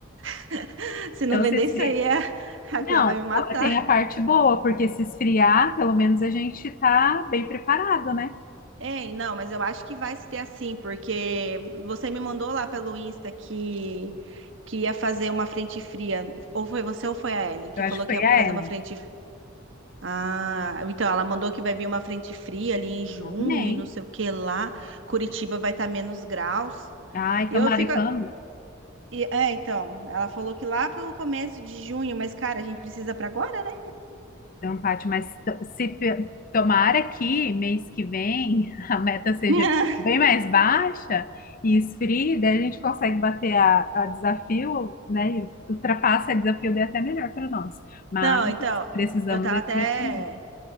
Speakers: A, on the right; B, on the left.
A: <laughs> se
B: Então,
A: não vender
B: se esfri...
A: isso aí, a a
B: Não,
A: Cleo vai me matar.
B: tem a parte boa, porque se esfriar, pelo menos a gente tá bem preparado, né?
A: Ei, não, mas eu acho que vai ser assim, porque você me mandou lá pelo Insta que, que ia fazer uma frente fria. Ou foi você ou foi a Ellen que
B: Eu acho
A: falou
B: que
A: que
B: foi
A: ia
B: a
A: fazer
B: Ellen.
A: uma frente. Ah, então ela mandou que vai vir uma frente fria ali em junho
B: Amém.
A: e não sei o que lá. Curitiba vai estar menos graus.
B: Ai,
A: E
B: tomara
A: eu fico,
B: e quando?
A: E, é, então, ela falou que lá pro começo de junho, mas cara, a gente precisa pra agora, né?
B: Então, Paty, mas to- se pe- tomara que mês que vem a meta seja
A: <laughs>
B: bem mais baixa e esfrie, daí a gente consegue bater a, a desafio, né? E ultrapassa a desafio, daí é até melhor para nós. Mas
A: Não, então,
B: precisamos
A: eu tava
B: desse
A: até
B: mês que vem.